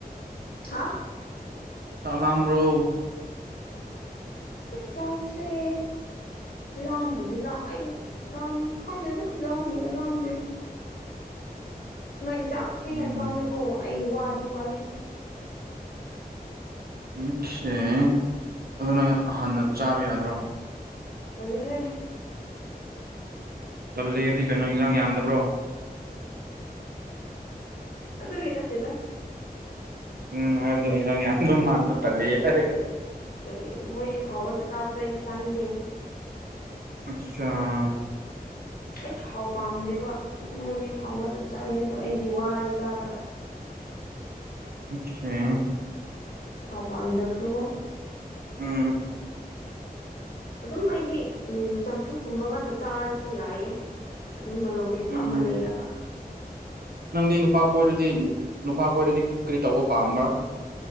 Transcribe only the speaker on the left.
ꯍꯥ
ꯆꯁꯦ ꯂꯥꯝꯕꯨꯗꯤ ꯂ ꯑꯩ ꯂꯝ ꯐꯪꯗꯦꯗ ꯂꯥꯝꯃꯤꯔ ꯂꯝꯗꯣꯏꯔ ꯃꯣꯏꯗꯤ ꯆꯥꯛ ꯊꯦꯡꯅ
ꯆꯥꯕꯤꯀꯣ ꯑꯩ ꯋꯥꯗꯤ ꯋꯥꯏꯦ
ꯇꯂꯦꯦ
ꯑꯗꯨꯗꯒꯦ ꯅꯠꯇꯦꯗ
ꯔꯤ ꯃꯣꯏꯒꯤ ꯊꯥꯎꯒꯗ ꯆꯥꯕꯗꯩꯗꯤ ꯆꯥꯅꯤꯡꯗꯦ
ꯑꯩ ꯊꯥꯎ ꯄꯥꯝꯗꯦꯕ ꯑꯗꯨ ꯃꯣꯏꯗꯤ ꯊꯥꯎ ꯉꯥꯛꯇ ꯆꯥꯏ ꯑꯗꯣ ꯑꯩꯗꯤ ꯋꯥꯔꯦ ꯆꯥꯕꯗ
ꯊꯥꯎ ꯄꯥꯝꯗꯕꯗꯀꯣ
ꯑꯗꯨꯝ ꯑꯩꯗꯤ ꯎ ꯆꯝꯐꯨꯠ ꯀꯨꯝꯕ ꯉꯥꯛꯇ ꯆꯥꯔꯁꯨ ꯌꯥꯏꯌꯦ ꯑꯗꯨꯝ ꯃꯔꯣꯛ ꯃꯦꯠꯄ
ꯑꯃ ꯂꯩꯒ